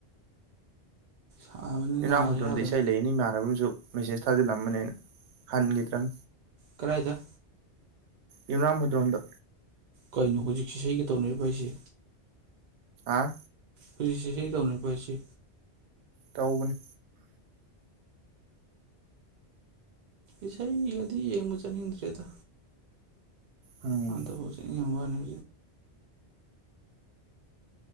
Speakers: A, on the right; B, on the right.
A: ꯁꯥꯕꯅꯤꯅ
B: ꯌꯨꯝꯅꯥꯝ ꯃꯨꯇꯨꯝꯗ
A: ꯌꯥꯗꯕꯅꯤ
B: ꯏꯁꯩ ꯂꯩꯌꯦꯅꯤ ꯏꯃꯥꯟꯅꯕꯝꯁꯨ ꯃꯦꯁꯦꯖ ꯊꯥꯖꯤꯜꯂ ꯑꯝꯕꯅꯤ ꯑꯩꯅ ꯍꯟꯒꯤꯗ꯭ꯔꯝ
A: ꯀꯔꯥꯏꯗ
B: ꯌꯨꯝꯅꯥꯝ ꯍꯨꯏꯗꯔꯣꯝꯗ
A: ꯀꯩꯅꯣ ꯍꯧꯖꯤꯛꯁꯩꯒ ꯇꯧꯅꯔꯤꯕ ꯍꯥꯏꯁꯦ
B: ꯑꯥ
A: ꯐꯔꯤꯁꯦ ꯏꯁꯩ ꯇꯧꯅꯤ ꯄꯥꯏꯁꯤ
B: ꯇꯧꯒꯅꯤ
A: ꯏꯁꯩ ꯃꯤꯒꯗꯤ ꯌꯦꯡꯕ ꯆꯥꯅꯤꯡꯗ꯭ꯔꯦꯗ
B: ꯎꯝ
A: ꯍꯗꯕꯨ ꯃꯅꯤ